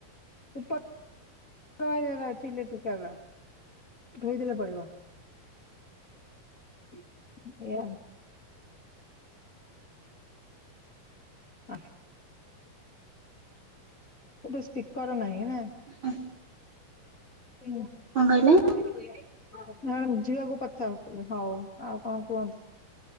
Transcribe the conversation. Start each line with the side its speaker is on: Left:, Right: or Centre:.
Left: ସୁପ ସୁପରଭାଇଜର ଥିଲେ ତୁ ତାଲ। ଧୋଇଦଲେ ପଡିବ ଏଇଆ ଆଉ। ଆ। ଗୋଟେ ସ୍ପିକର ନାହିଁ ନା।
Right: <unintelligible>
Left: <unintelligible>
Right: କଣ କହିଲେ?
Left: ପାଇଲା। ହଁ ଯିବାକୁ କଥା ହଉଥିଲେ ହଉ ଆଉ କଣ କୁହନ୍ତୁ,